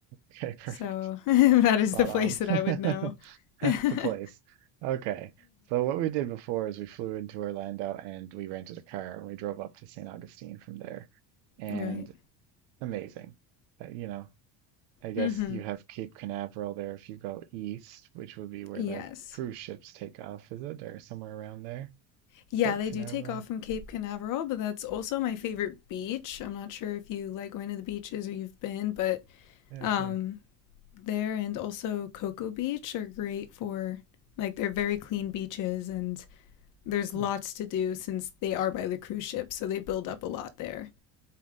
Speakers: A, on the right; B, on the left.
A: Okay, <laughs> perfect.
B: So <laughs> that is
A: Spot
B: the place
A: on.
B: that
A: <laughs>
B: I would know. <laughs>
A: That's
B: mm-hmm.
A: the place. Okay. So what we did before is we flew into Orlando and we rented a car and we drove up to St. Augustine from there. And
B: Right.
A: amazing. Uh, you know, I guess
B: Mm-hmm.
A: you have Cape Canaveral there if you go east, which would be where
B: Yes.
A: the cruise ships take off, is it? Or somewhere around there?
B: Yeah,
A: Port
B: they
A: Canaveral.
B: do take off from Cape Canaveral, but that's also my favorite beach. I'm not sure if you like going to the beaches or you've been, but
A: Yeah,
B: um,
A: yeah.
B: there and also Cocoa Beach are great for like they're very clean beaches and there's lots
A: Hmm.
B: to do since they are by the cruise ship, so they build up a lot there.